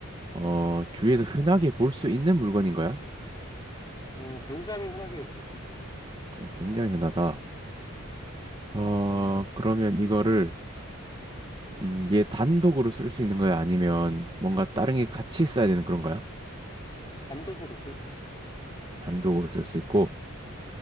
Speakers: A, on the right; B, on the left.
A: 어, 주위에서 흔하게 볼 수 있는 물건인 거야?
B: 음, 굉장히 흔하게 볼 수 있어.
A: 어, 굉장히 흔하다. 어, 그러면 이거를 음, 얘 단독으로 쓸 수 있는 거야? 아니면 뭔가 다른 게 같이 써야 되는 그런 거야?
B: 단독으로 쓸 수 있어.
A: 단독으로 쓸 수 있고.